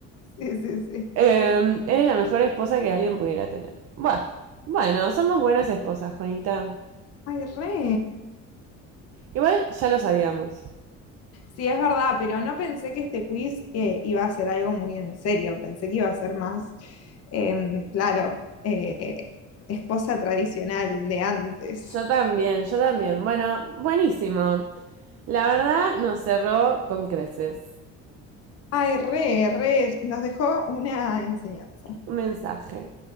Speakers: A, on the left (about 55°); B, on the right (about 55°).
A: Sí, sí, sí.
B: Eh, eres la mejor esposa que alguien pudiera tener. Buah. Bueno, somos buenas esposas, Juanita.
A: Ay, re.
B: Igual ya lo sabíamos.
A: Sí, es verdad, pero no pensé que este quiz eh, iba a ser algo muy en serio. Pensé que iba a ser más, em, claro, eh, esposa tradicional de antes.
B: Yo también, yo también. Bueno, buenísimo. La verdad nos cerró con creces.
A: Ay, re, re, nos dejó una enseñanza.
B: Un mensaje.